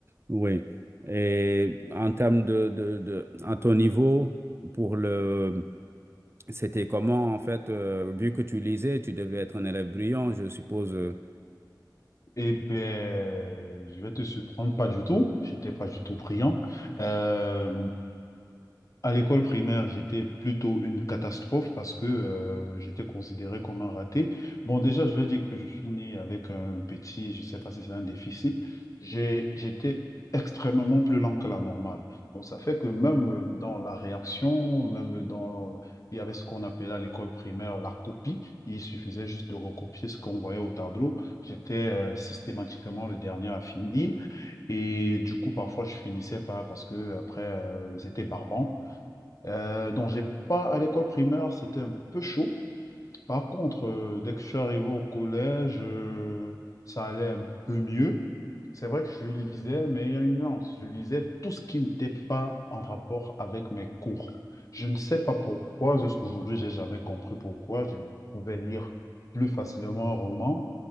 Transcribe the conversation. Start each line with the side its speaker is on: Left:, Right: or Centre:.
Right: oui. Et en termes de, de, de, à ton niveau, pour le, c'était comment en fait, euh, vu que tu lisais, tu devais être un élève brillant, je suppose. euh,
Left: Eh ben, je vais te surprendre, pas du tout. J'étais pas du tout brillant. Euh, à l'école primaire, j'étais plutôt une catastrophe parce que euh, j'étais considéré comme un raté. Bon, déjà, je vais dire que je suis né avec un petit, je ne sais pas si c'est un déficit. J'ai, j'étais extrêmement plus lent que la normale. Donc, ça fait que même dans la réaction, même dans, il y avait ce qu'on appelait à l'école primaire la copie. Il suffisait juste de recopier ce qu'on voyait au tableau. J'étais euh, systématiquement le dernier à finir. Et du coup, parfois, je finissais pas parce que après, euh, c'était barbant. Euh, donc, j'ai pas à l'école primaire, c'était un peu chaud. Par contre, euh, dès que je suis arrivé au collège, euh, ça allait un peu mieux. C'est vrai que je lisais, mais il y a une nuance. Je lisais tout ce qui n'était pas en rapport avec mes cours. Je ne sais pas pourquoi, jusqu'à aujourd'hui j'ai jamais compris pourquoi je pouvais lire plus facilement un roman